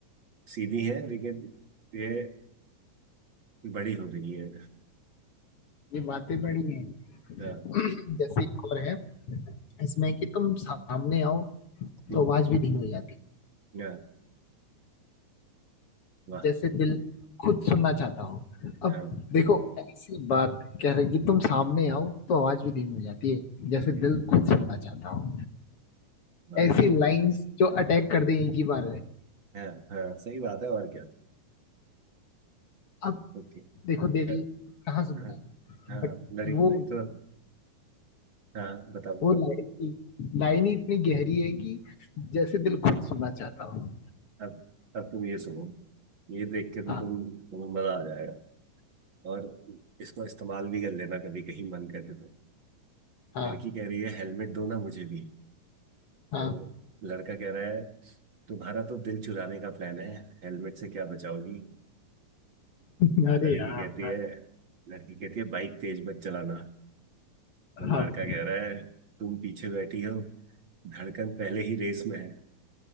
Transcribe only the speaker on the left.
ये बातें बड़ी हैं
जैसे एक और है इसमें कि तुम सामने आओ
तो आवाज भी धीमी हो जाती है
जैसे दिल खुद सुनना चाहता हो अब
देखो ऐसी बात कह रही कि तुम सामने आओ तो आवाज भी धीमी हो जाती है जैसे
दिल खुद सुनना चाहता हो
ऐसी लाइंस जो अटैक कर दें एक ही बार में
अब
देखो
दिल कहाँ सुनता
है
बट
वो
वो
लाइन लाइन ही इतनी गहरी है कि जैसे दिल खुद सुनना चाहता हो
हाँ
हाँ
हाँ
अरे
यार
हाँ